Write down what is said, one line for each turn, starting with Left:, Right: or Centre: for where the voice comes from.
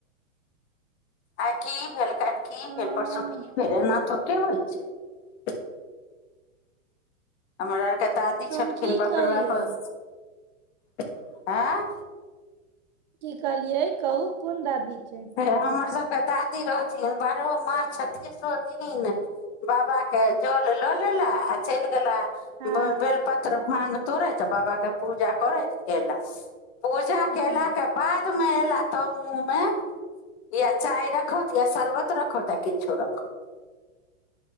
Left: आइ की भेल काल्हि की
Right: हँ
Left: भेल परसु की भेल एना थोरके होइ छै हमर आर के दादी
Right: तऽ
Left: छलखिन
Right: हम की
Left: बाप
Right: कहियै
Left: रे बाप क आँय
Right: की कहलियै कहू कोन दादी छै
Left: फेर हमर सब के दादी रहथिन बारहो मास छतीसो दिन बाबा के जल लऽ लेला आ चलि गेला
Right: हँ
Left: बेल पत्र भाँग तोरैत बाबा के पूजा करैत एला पूजा
Right: हँ
Left: केला के बाद मे एल ल आ तब मुँहमे या चाय रखौथ या शरबत रखौथ या किछो रखौथ